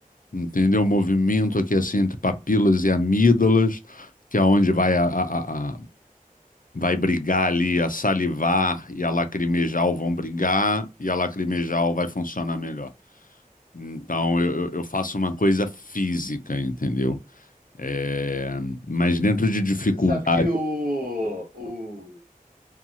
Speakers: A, on the left; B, on the right.
A: entendeu? O movimento aqui assim entre papilas e amígdalas que é onde vai a, a, vai brigar ali, a salivar e a lacrimejal vão brigar e a lacrimejal vai funcionar melhor. Então eu, eu- eu faço uma coisa física, entendeu? É, mas dentro de dificuldade.
B: Você sabe que o, o